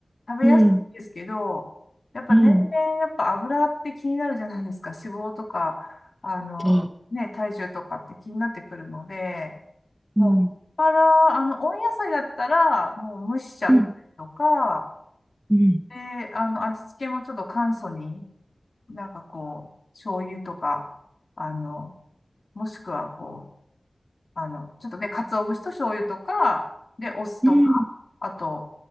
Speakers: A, on the left (about 65°); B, on the right (about 20°).
A: 食べやすいですけど、
B: うん。
A: やっぱ年々やっぱ油って気になるじゃないですか。
B: うん
A: 脂肪とか、あの、
B: そう
A: ね、体重とかって気になってくるので、もう、
B: うん、
A: もっぱら、あの、温野菜だったら、もう蒸しちゃったりとか、
B: うん、うん。
A: で、あの、味付けもちょっと簡素に、なんかこう、醤油とか、あの、もしくはこう、あの、ちょっとね鰹節と醤油とか、で、お酢とか、
B: うん。
A: あと、